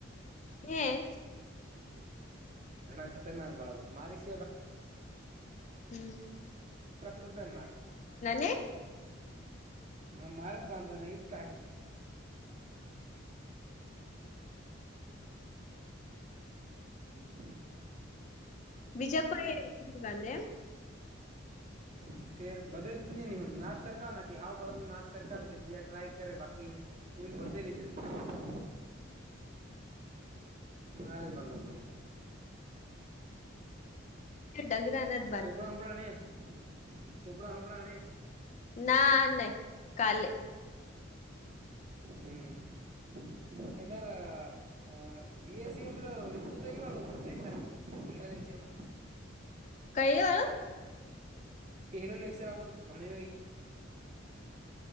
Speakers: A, on the left; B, on the right.
A: હે
B: ઘણા ખતરનાક બળા <unintelligible>
A: હમ્મ.
B: બાકી બધાને મારે
A: ને
B: હ મારાત બાંધવાના <unintelligible> <unintelligible>
A: બીજા કોઈ ની બાંધે એમ
B: <inaudible> તે બદે જ ની <unintelligible> ટ્રાય કરે બાકી <unintelligible> બદે ની જલ્દી મારે જ બાંધવા પડે.
A: <unintelligible>
B: <unintelligible>
A: ના નહી કાલે
B: હમ એધર આ વિીએસસી એમ રીતો તોવાળોિલા લક્ચરમાં
A: કઈ હળ
B: પહેલો લેક્ચર આપણ ભણય